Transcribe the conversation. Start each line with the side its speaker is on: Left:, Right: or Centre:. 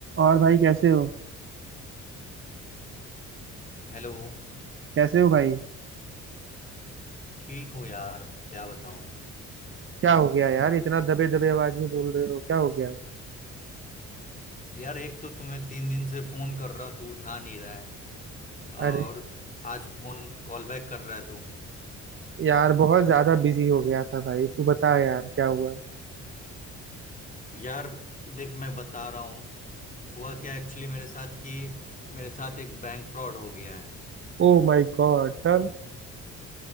Right: और भाई कैसे हो
Left: Hello
Right: कैसे हो भाई
Left: ठीक हूँ यार क्या बताऊँ
Right: क्या हो गया यार इतना दबे दबे आवाज में बोल रहे हो क्या हो गया
Left: यार एक तो तुम्हें तीन दिन से फोन कर रहा हूँ, तू उठा नहीं रहा है
Right: अरे
Left: और आज फोन कॉल बैक कर रहा है तू
Right: यार बहुत ज्यादा बिजी हो गया था भाई तू बता यार क्या हुआ
Left: यार देख मैं बता रहा हूँ हुआ क्या एक्चुअली मेरे साथ कि मेरे साथ एक बैंक फ्रॉड हो गया है
Right: ओ माय गॉड तब